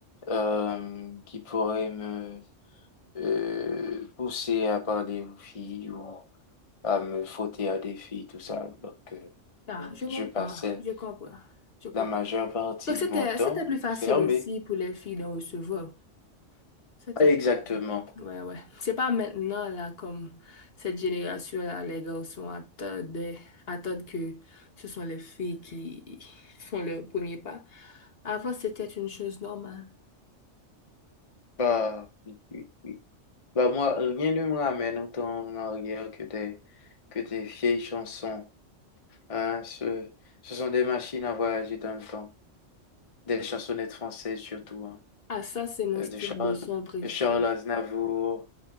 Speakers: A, on the left; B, on the left.
A: euh, qui pourraient me euh, pousser à parler aux filles ou à me frotter à des filles, tout ça. Donc, euh,
B: Ah, je comprends,
A: je passais
B: je comprends, je comprends.
A: la majeure partie
B: Donc, c'était,
A: de mon temps
B: c'était plus facile
A: fermé.
B: aussi pour les filles d'en recevoir. C'était,
A: Exactement.
B: ouais, ouais. C'est pas maintenant, là, comme cette génération-là, les garçons attendent, attendent que ce sont les filles qui font leur premier pas. Avant, c'était une chose normale.
A: Bah, oui, oui, oui. Bah moi, rien ne me ramène autant en arrière que des, que des vieilles chansons. Hein. Ce, ce sont des machines à voyager dans le temps. Des chansonnettes françaises surtout. Hein.
B: Ah, ça, c'est mon
A: Euh,
B: style
A: De Charles,
B: de son préféré.
A: de Charles Aznavour,